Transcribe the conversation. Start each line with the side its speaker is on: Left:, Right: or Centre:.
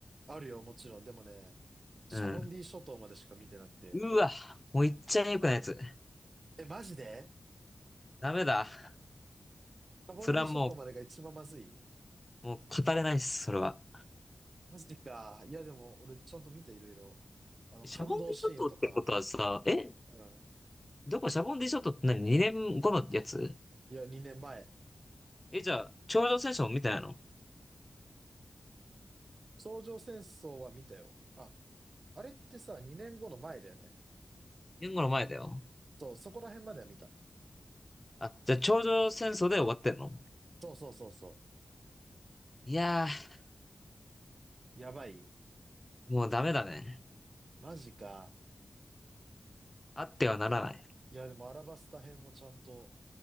Right: あるよ、もちろん。でもね、シャボンディ諸島までしか見てなくて。
Left: うん。うわ、もう言っちゃえよくないやつ。
Right: え、マジで
Left: ダメだ。
Right: カボンディ諸島までが一番まずい
Left: それはもう、もう語れないっす、それは。
Right: マジか。いや、でも、俺、ちゃんと見て、いろいろ。あの、
Left: シャボンディ諸島ってことはさ、
Right: 感動シーンとか。
Left: え
Right: うん。
Left: どこシャボンディショットって何 ?2 年後のやつ
Right: いや、2年前。
Left: え、じゃあ、頂上戦争も見てないの
Right: 頂上戦争は見たよ。あ、あれってさ、2年後の前だよね。
Left: ?2 年後の前だよ。
Right: そう、そこら辺までは見た。
Left: あ、じゃあ頂上戦争で終わってんの
Right: そうそうそうそ
Left: いやー、
Right: う。やばい。
Left: もうダメだね。
Right: マジか。
Left: あってはならない。
Right: いや、いや、でも、アラバスタ編もちゃんと